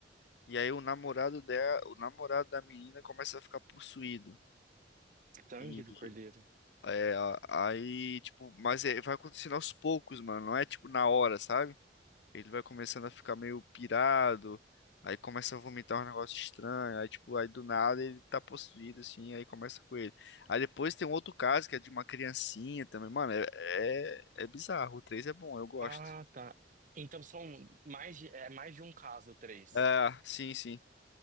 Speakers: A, on the left; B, on the right.
A: E aí o namorado dela, o namorado da menina começa a ficar possuído.
B: Sangue
A: E
B: do Cordeiro.
A: é, aí, tipo, mas é- vai acontecendo aos poucos, mano. Não é tipo na hora, sabe? Ele vai começando a ficar meio pirado, aí começa a vomitar um negócio estranho, aí tipo, aí do nada ele tá possuído assim, aí começa com ele. Aí depois tem um outro caso que é de uma criancinha também, mano, é, é, é bizarro. O 3 é bom, eu gosto.
B: Ah, tá. Então são mais de, é mais de um caso, três.
A: É, sim, sim.